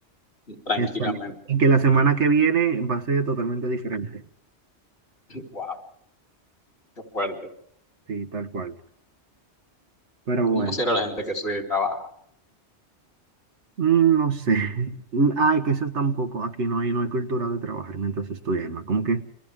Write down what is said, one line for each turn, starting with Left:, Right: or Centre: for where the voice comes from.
Left: tranquilamente.
Right: Exacto. Y que la semana que viene va a ser totalmente diferente.
Left: Wow, qué fuerte.
Right: Sí, tal cual. Pero
Left: ¿Cómo
Right: bueno,
Left: será la gente que estudia y trabaja?
Right: mm, no sé. <laughs> Mm, Ay, que eso tampoco. Aquí no hay, no hay cultura de trabajar mientras estudia, Emma. Como que